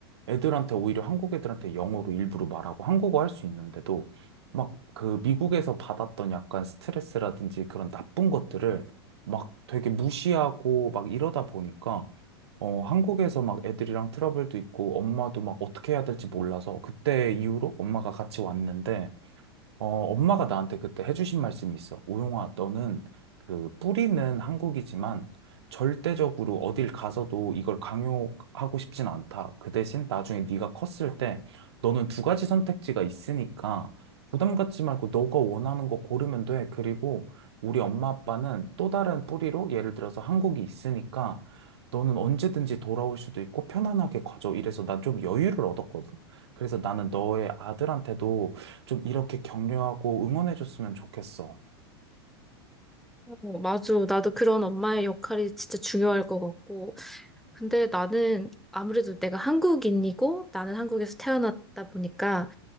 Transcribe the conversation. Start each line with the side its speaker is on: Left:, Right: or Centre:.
Right: 애들한테 오히려 한국 애들한테 영어로 일부러 말하고 한국어 할 수 있는데도 막 그 미국에서 받았던 약간 스트레스라든지 그런 나쁜 것들을 막 되게 무시하고 막 이러다 보니까 어, 한국에서 막 애들이랑 트러블도 있고 엄마도 막 어떻게 해야 될지 몰라서 그때 이후로 엄마가 같이 왔는데 어, 엄마가 나한테 그때 해주신 말씀이 있어. 우용아, 너는 그 뿌리는 한국이지만 절대적으로 어딜 가서도 이걸 강요하고 싶진 않다. 그 대신 나중에 네가 컸을 때 너는 두 가지 선택지가 있으니까 부담 갖지 말고 너가 원하는 거 고르면 돼. 그리고 우리 엄마 아빠는 또 다른 뿌리로 예를 들어서 한국이 있으니까 너는 언제든지 돌아올 수도 있고 편안하게 가져. 이래서 난 좀 여유를 얻었거든. 그래서 나는 너의 아들한테도 좀 이렇게 격려하고 응원해줬으면 좋겠어.
Centre: 어, 맞아. 나도 그런 엄마의 역할이 진짜 중요할 것 같고. 근데 나는 아무래도 내가 한국인이고, 나는 한국에서 태어났다 보니까,